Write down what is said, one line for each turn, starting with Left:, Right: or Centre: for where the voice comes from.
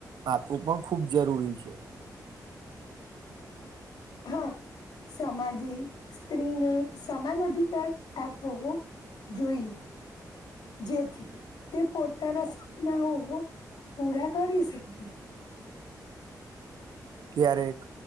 Right: આપવું પણ ખુબ. જરૂરી છે.
Left: હા સમાજે સ્ત્રીને સમાન અધિકાર આપવો. જોઈએ. જેથી તે પોતાના સપનાઓ પૂરા કરી શકે.
Right: ક્યારેક